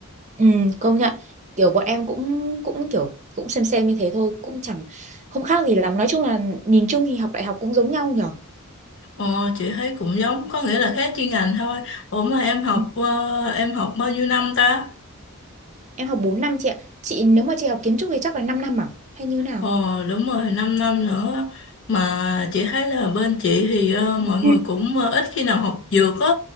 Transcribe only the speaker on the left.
Ờ, chị thấy cũng giống có nghĩa là khác chuyên ngành thôi ủa mà em học
ờ, em học bao nhiêu năm ta
Ờ đúng rồi 5 năm nữa mà chị thấy là bên chị thì ờ,
mọi người cũng ờ, ít khi nào học dược á